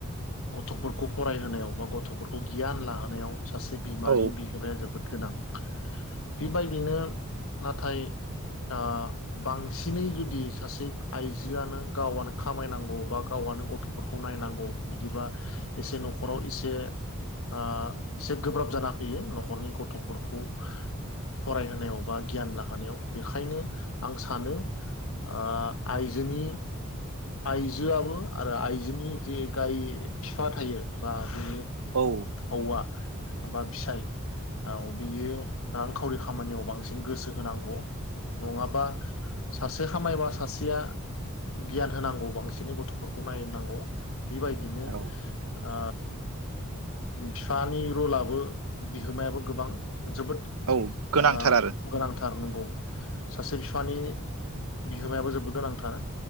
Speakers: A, on the left; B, on the right.
A: गथ'फोरखौ फरायहोनायाव बा गथ'फोरखौ गियान लाहोनायाव सासे बिमानि
B: औ
A: बिहोमाया जोबोद गोनां। बेबायदिनो नाथाय ओ बांसिनै जुदि सासे आइजोआनो गावानो खामायनांगौ बा गावानो गथ'फोरखौ नायनांगौ बिदिबा एसे नखराव इसे बे ओ एसे गोब्राब जाना फैयो नख'रनि गथ'फोरखौ फरायहोनायाव बा गियान लाहोनायाव बेखायनो आं सानो ओ आइजोनि आइजोआबो आरो आइजोनि जे गाय फिफा थायो बा बे
B: औ
A: हौवा माबा फिसाय औ बियो दा खावरि खामानियाव बांसिन गोसो होनांगौ नङाबा सासे खामायबा सासेया गियान होनांगौ बांसिनै गथ'फोरखौ नायनांगौ। बिबायदिनो
B: औ
A: ओ बिफानि रलाबो बिहोमायाबो गोबां जोबोद
B: औ गोनांथार
A: ओ
B: आरो
A: गोनांथ थार नंगौ सासे बिफानि बिहोमायाबो जोबोद गोनांथार।